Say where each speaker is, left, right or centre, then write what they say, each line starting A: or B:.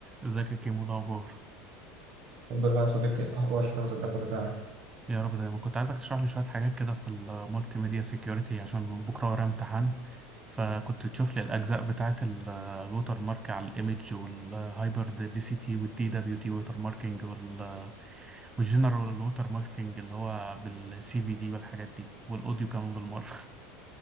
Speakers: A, on the right; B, on the right.
A: ازيك يا كيمو إيه الاخبار
B: الحمد لله يا صديقي إيه الأخبار الحمد لله كله تمام
A: يا رب دايما كنت عايزك تشرح لي شويه حاجات كده في المالتي ميديا سيكيورتي عشان بكره ورايا امتحان فكنت تشوف لي الاجزاء بتاعه ال- الوتر مارك على الايمج والهايبر دي سي تي والدي دبليو تي ووتر ماركينج وال- والجنرال ووتر ماركينج اللي هو بالسي في دي والحاجات دي والاوديو كمان بالمره